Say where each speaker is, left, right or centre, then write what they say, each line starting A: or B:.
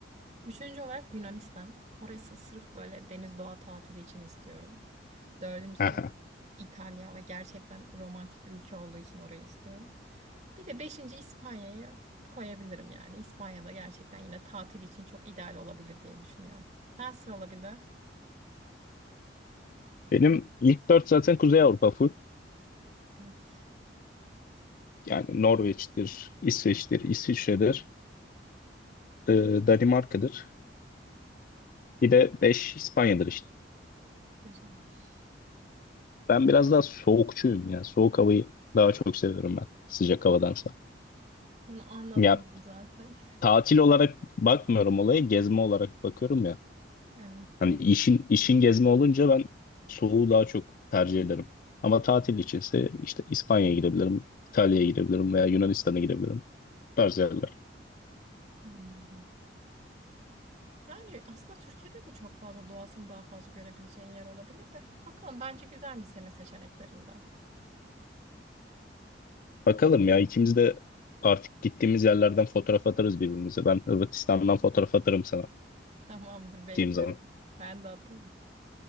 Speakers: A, on the right; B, on the left.
A: Üçüncü olarak Yunanistan. Orası sırf böyle deniz doğa tatili için istiyorum. Dördüncüsü
B: <laughs> Aha.
A: İtalya ve gerçekten romantik bir ülke olduğu için orayı istiyorum. Bir de beşinci İspanya'yı koyabilirim yani. İspanya'da gerçekten yine tatil için çok ideal olabilir diye düşünüyorum. Sen sırala bir de.
B: Benim ilk dört zaten Kuzey Avrupa full.
A: Evet,
B: Yani Norveç'tir, İsveç'tir, İsviçre'dir, e, Danimarka'dır. Bir de 5 İspanya'dır işte.
A: güzelmiş.
B: Ben biraz daha soğukçuyum ya. Soğuk havayı daha çok seviyorum ben sıcak havadansa.
A: Onu anladım
B: Ya
A: zaten.
B: tatil olarak bakmıyorum olaya, gezme olarak bakıyorum ya.
A: <laughs> Evet, doğru.
B: Hani işin işin gezme olunca ben soğuğu daha çok tercih ederim. Ama tatil içinse işte İspanya'ya gidebilirim, İtalya'ya gidebilirim veya Yunanistan'a gidebilirim. Bu tarz yerler.
A: Anladım. Yani aslında Türkiye'de de çok fazla doğasını daha fazla görebileceğin yer olabilir de. Bakalım bence güzel mi senin seçeneklerinde?
B: Bakalım ya ikimiz de artık gittiğimiz yerlerden fotoğraf atarız birbirimize. Ben Hırvatistan'dan fotoğraf atarım sana
A: <laughs> Tamamdır, bekliyorum.
B: gittiğim zaman.
A: Ben de atarım.